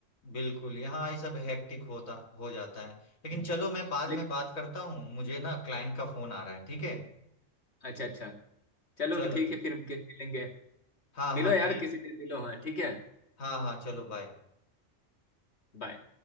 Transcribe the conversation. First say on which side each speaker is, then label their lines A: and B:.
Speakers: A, on the left (about 85°); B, on the left (about 55°).
A: बिल्कुल यहाँ ये सब हेक्टिक होता हो जाता है लेकिन
B: हम्म।
A: चलो मैं बाद
B: लेकिन
A: में बात करता हूँ मुझे ना क्लाइंट का फोन आ रहा है ठीक है
B: अच्छा अच्छा चलो
A: चलो
B: ठीक है फिर के- मिलेंगे
A: हाँ
B: मिलो
A: हाँ
B: यार
A: ठीक
B: किसी दिन मिलो हाँ ठीक है
A: हाँ हाँ चलो बाय
B: बाय